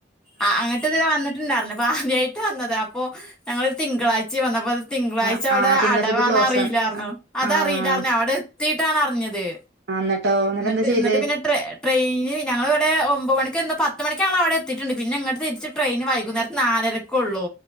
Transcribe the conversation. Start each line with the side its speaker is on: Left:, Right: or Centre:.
Centre: ആഹ് അങ്ങട്ട് വന്നിട്ടുണ്ടായിരുന്നു. അപ്പ ആദ്യമായിട്ട് വന്നത്. അപ്പൊ ഞങ്ങളൊരു തിങ്കളാഴ് ച്ചേ വന്നപ്പോ അത് തിങ്കളാഴ്ച
Right: ആഹ്
Centre: അവിടെ
Right: ആഹ് തിങ്കളാഴ്ച
Centre: അടവാണെന്ന്റിയില്ലായിരുന്നു.
Right: ക്ലോസാണ്
Centre: അതറിയില്ലായിരുന്നു
Right: ആഹ്
Centre: അവിടെ എത്തീട്ടാണ് അറിഞ്ഞത്.
Right: ആഹ് എന്നിട്ടോ
Centre: എന്നിട്ട്,
Right: എന്താ ചെയ്ത്
Centre: എന്നിട്ട് പിന്നെ ട്രേ ട്രെയിന് ഞങ്ങളവിടെ ഒമ്പമണിക്ക് പത്ത് മണിക്കാണ് അവിടെ എത്തിട്ടുണ്ട്. പിന്നെ ഇങ്ങോട്ട് തിരിച്ച് ട്രെയിൻ വൈകുന്നേരം നാലര ക്കൊള്ളൂ.